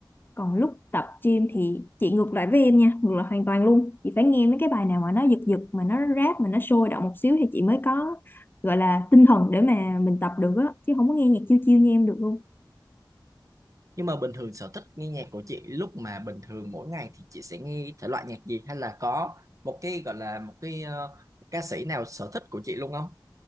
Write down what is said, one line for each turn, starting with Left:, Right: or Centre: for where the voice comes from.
Left: còn lúc tập gym thì chị ngược lại với em nha ngược lại hoàn toàn luôn chị phải nghe mấy cái bài nào mà nó giật giật mà nó rap mà nó sôi động một xíu thì chị mới có gọi là tinh thần để mà mình tập được á chứ không có nghe nhạc chiêu chiêu như em được luôn
Right: nhưng mà bình thường sở thích nghe nhạc của chị lúc mà bình thường mỗi ngày thì chị sẽ nghe thể loại nhạc gì hay là có một cái gọi là một cái ờ, ca sĩ nào sở thích của chị luôn không